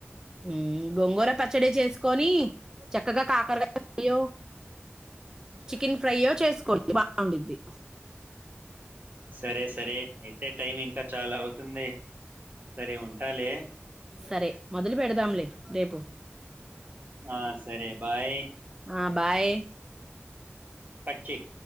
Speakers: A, on the right (about 15°); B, on the right (about 45°).
A: మ్మ్ గోంగూర పచ్చడి చేసుకొని చక్కగా కాకరగాయో చికెన్ ఫ్రైయో చేసుకోడి బాగుండిద్ది
B: సరే సరే అయితే టైం ఇంకా చాలా అవుతుంది సరే ఉంటాలే
A: సరే మొదలు పెడదాంలే రేపు
B: ఆ సరే బాయ్
A: ఆ బాయ్
B: కట్ చెయ్